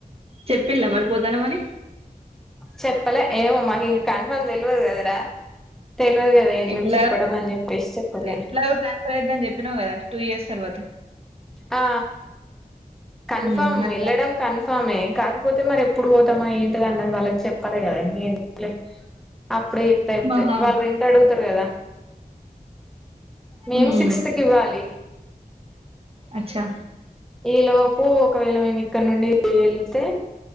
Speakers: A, on the right; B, in the centre.
A: చెప్పిల్లా మరి పోతానమ్ అని
B: చెప్పలే ఏమో మాకు ఇంకా కన్ఫర్మ్ తెలియదు కదరా తెల్వదు కదా ఎందుకు
A: ఎట్లా
B: చెప్పడం అని చెప్పేసి చెప్పలే
A: ఎట్లాగో ట్రాన్స్ఫర్ అయితా అని చెప్పినవ్ కదా టూ ఇయర్స్ తర్వాత
B: ఆ కన్ఫర్మ్
A: ఉమ్, మరి
B: వెళ్లడం కన్ఫామే కాకపోతే మరి ఎప్పుడు పోతామా ఎం అన్నది వాళ్ళకి చేప్పులే కదా ఇగా ఎందుకులే అప్పుడే చెప్తే అయిపోతది
A: మహా
B: వాళ్ళు రెంట్ అడుగుతారు కదా మేం
A: ఉమ్,
B: సిక్స్త్ కి ఇవ్వాలి
A: అచ్చా
B: ఈ లోపు ఒకవేళ మేము ఇక్కడ నుండి వెళ్తే